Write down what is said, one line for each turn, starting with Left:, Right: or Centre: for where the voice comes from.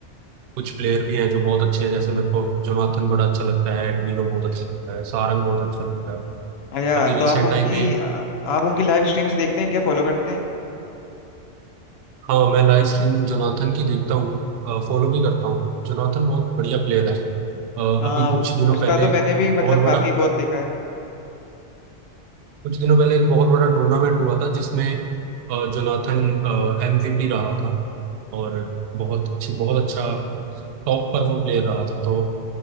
Right: कुछ प्लेयर भी हैं जो बहुत अच्छे हैं जैसे मेरे को जोनाथन बड़ा अच्छा लगता है एडमिनो बहुत अच्छा लगता है सारंग बहुत अच्छा लगता है
Left: अच्छा
Right: अभी
Left: तो
Right: रिसेंट
Left: आप उनकी
Right: टाइम में
Left: आ- आप उनकी लाइव स्ट्रीम्स देखते हैं क्या फॉलो करते हैं
Right: हाँ मैं लाइव स्ट्रीम जोनाथन की देखता हूँ फॉलो भी करता हूँ जोनाथन बहुत बढ़िया प्लेयर है अ,
Left: हाँ
Right: अभी कुछ
Left: वो-
Right: दिनों
Left: उसका
Right: पहले
Left: तो
Right: एक
Left: मैंने भी मतलब
Right: बहुत बड़ा
Left: काफी बहुत देखा है
Right: कुछ दिनों पहले एक बहुत बड़ा टूर्नामेंट हुआ था जिसमें अ, जोनाथन एमवीपी रहा था और बहुत अच्छी- बहुत अच्छा टॉप पर वो प्लेयर रहा था तो